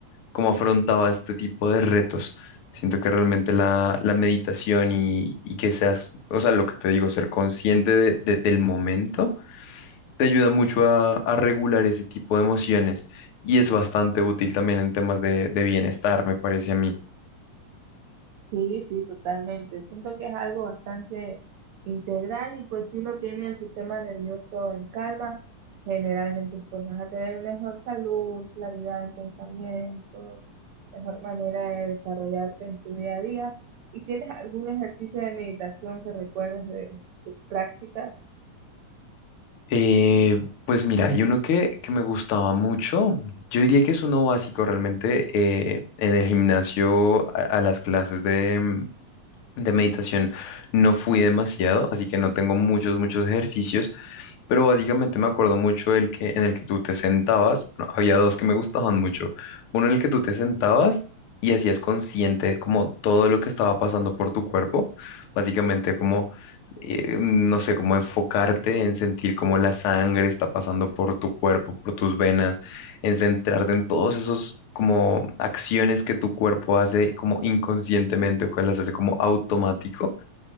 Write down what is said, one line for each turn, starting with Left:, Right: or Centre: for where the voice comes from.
Left: cómo afrontaba este tipo de retos. Siento que realmente la, la meditación y, y que seas, o sea, lo que te digo, ser consciente de- de- del momento te ayuda mucho a, a regular ese tipo de emociones y es bastante útil también en temas de, de bienestar, me parece a mí.
Right: Sí, sí, totalmente. Siento que es algo bastante integral y pues si uno tiene el sistema nervioso en calma, generalmente pues vas a tener mejor salud, claridad en pensamiento, mejor manera de desarrollarte en tu día a día. ¿Y tienes algún ejercicio de meditación que recuerdes de tus prácticas?
Left: Eh, pues mira, hay uno que, que me gustaba mucho, yo diría que es uno básico realmente eh, en el gimnasio, a, a las clases de, De meditación no fui demasiado, así que no tengo muchos, muchos ejercicios, pero básicamente me acuerdo mucho del que, en el que tú te sentabas, bueno, había dos que me gustaban mucho, uno en el que tú te sentabas y hacías consciente como todo lo que estaba pasando por tu cuerpo, básicamente como, eh, no sé, como enfocarte en sentir cómo la sangre está pasando por tu cuerpo, por tus venas en centrarte en todos esos como acciones que tu cuerpo hace como inconscientemente o que las hace como automático